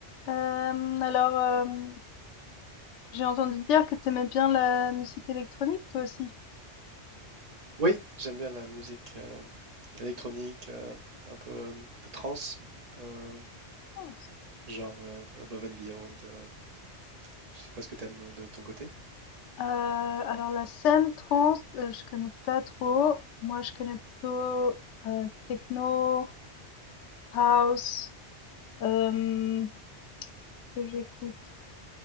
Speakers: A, on the left (about 85°); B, on the right (about 35°).
A: Hem, alors, hem, j'ai entendu dire que t'aimais bien la musique électronique, toi aussi?
B: Oui, j'aime bien la musique euh, électronique, euh, un peu euh, de trance, euh,
A: Trance.
B: genre euh, Above and Beyond. euh, je sais pas ce que t'aimes de ton côté.
A: Euh, alors la scène trance, euh, je connais pas trop. Moi, je connais plutôt euh, techno, house. Euh, ce que j'écoute,